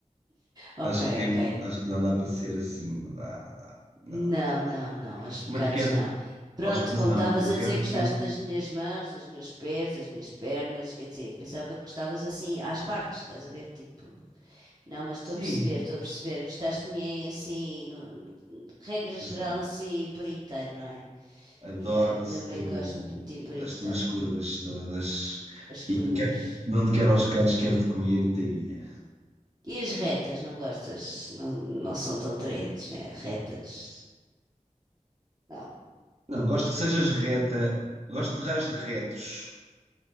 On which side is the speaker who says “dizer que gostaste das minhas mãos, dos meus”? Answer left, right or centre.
Right